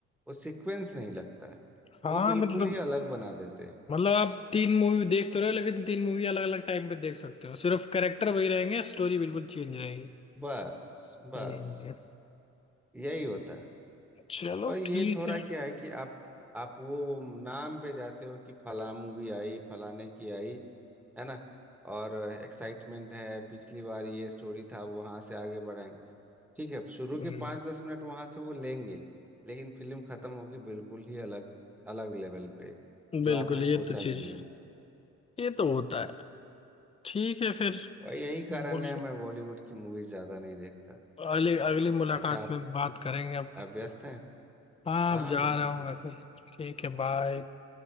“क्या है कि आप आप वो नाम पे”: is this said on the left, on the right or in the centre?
Centre